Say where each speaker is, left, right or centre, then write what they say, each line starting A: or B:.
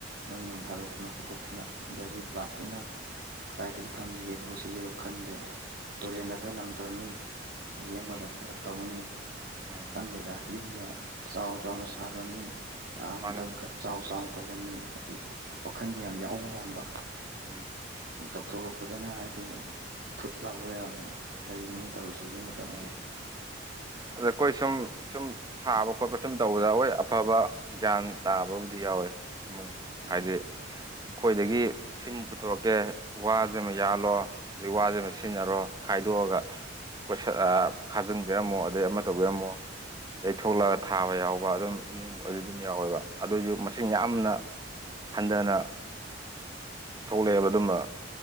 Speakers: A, on the right; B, on the right.
A: ꯃꯩ ꯅꯨꯡ ꯊꯥꯗꯣꯛꯇꯅ ꯈꯣꯠꯇꯣꯛꯇꯅ ꯑꯗꯒꯤ ꯄ꯭ꯂꯥꯁꯇꯤꯛꯅ ꯀꯗꯥꯏꯗꯕꯨ ꯊꯝꯁꯤꯒꯦ ꯈꯣꯠꯁꯤꯒꯦꯗꯣ ꯈꯟꯗꯦ ꯇꯨꯔꯦꯟꯗ ꯈꯔ ꯂꯪꯊꯅꯤ ꯑꯗꯒꯤ
B: ꯎꯝ
A: ꯑꯃꯗ ꯈꯔ ꯇꯧꯅꯤ
B: ꯎꯝ
A: ꯈꯪꯗꯦꯗ ꯌꯨꯝꯅ ꯆꯥꯎꯅ ꯆꯥꯎꯅ ꯁꯥꯕ ꯃꯤ ꯌꯥꯝꯅ
B: ꯃꯥꯅꯤ
A: ꯊꯕꯛꯀ
B: ꯃꯥꯅꯤ
A: ꯆꯥꯎ ꯆꯥꯎꯅ ꯇꯧꯕ ꯃꯤ ꯍꯥꯏꯗꯤ ꯋꯥꯈꯟꯗꯤ ꯌꯥꯝ ꯌꯥꯎꯕ ꯃꯥꯟꯕ
B: ꯎꯝ
A: ꯇꯧꯊꯣꯔꯛꯄꯗꯅ ꯍꯥꯏꯗꯤ ꯊꯨꯠ ꯂꯥꯎꯕ ꯌꯥꯝꯅ ꯂꯩꯔꯤꯅꯤ ꯇꯧꯔꯤꯁꯦ ꯍꯧꯖꯤꯛ ꯃꯇꯝꯁꯦ
B: ꯎꯝ ꯑꯗꯨ ꯈꯣꯏ ꯁꯨꯝ ꯁꯨꯝ ꯊꯥꯕ ꯈꯣꯠꯄ ꯁꯨꯝ ꯇꯧꯕꯗ ꯑꯐꯕ ꯒ꯭ꯌꯥꯟ ꯇꯥꯕꯕꯨꯗꯤ ꯌꯥꯎꯋꯦ ꯏꯃꯨꯡ
A: ꯎꯝ
B: ꯍꯥꯏꯗꯤ ꯑꯩꯈꯣꯏꯗꯒꯤ ꯁꯤꯝ ꯄꯨꯊꯣꯔꯛꯀꯦ ꯋꯥꯖꯤꯃ ꯌꯥꯜꯂꯣ ꯑꯗꯩ ꯋꯥꯖꯤꯃ ꯁꯤꯖꯤꯟꯅꯔꯣ ꯈꯥꯏꯗꯣꯛꯑꯒ ꯀꯣꯏꯁꯟ ꯑ ꯈꯥꯖꯟꯕꯤꯔꯝꯃꯣ ꯑꯗꯩ ꯑꯃ ꯇꯧꯕꯤꯔꯝꯃꯣ ꯑꯗꯩ ꯊꯣꯛꯂꯒ ꯊꯥꯕ ꯌꯥꯎꯕ ꯑꯗꯨꯝ ꯏꯃꯨꯡ ꯑꯗꯨ ꯑꯗꯨꯝ ꯌꯥꯎꯋꯦꯕ ꯑꯗꯨꯑꯣꯏꯖꯨ ꯃꯁꯤꯡ ꯌꯥꯝꯅ ꯍꯟꯙꯅ ꯊꯣꯛꯂꯛꯑꯦꯕ ꯑꯗꯨꯝꯕ